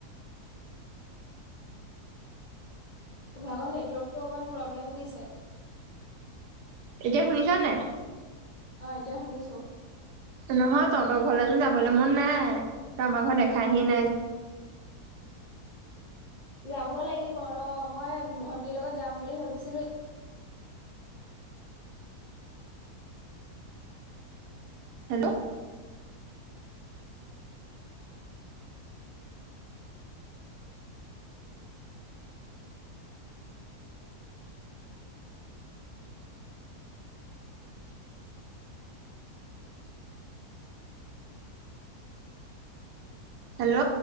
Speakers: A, on the left; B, on the right.
A: তোৰ ভাগৰ নেটৱৰ্কটো অকণমান প্ৰব্লেম দিছে।
B: এতিয়া শুনিছ নাই?
A: অঁ এতিয়া শুনিছোঁ।
B: নহয়, তহঁতৰ ঘৰলৈতো যাবলে মন নাই, তই আমাৰ ঘৰ দেখাইহিয়ে নাই।
A: যাব লাগিব ৰ, মই ভন্টিৰ লগত যাম বুলি ভাবিছিলো।
B: হেল্ল'? হেল্ল'?